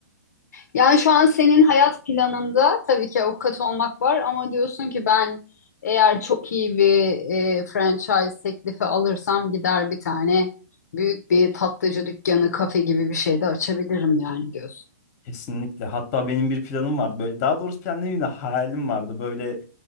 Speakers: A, on the left; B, on the left.
A: Yani şu an senin hayat planında tabii ki avukat olmak var ama diyorsun ki ben eğer çok iyi bir e, franchise teklifi alırsam gider bir tane büyük bir tatlıcı dükkanı, kafe gibi bir şey de açabilirim yani diyorsun.
B: Kesinlikle. Hatta benim bir planım vardı. Böyle, daha doğrusu plan demeyeyim de hayalim vardı. Böyle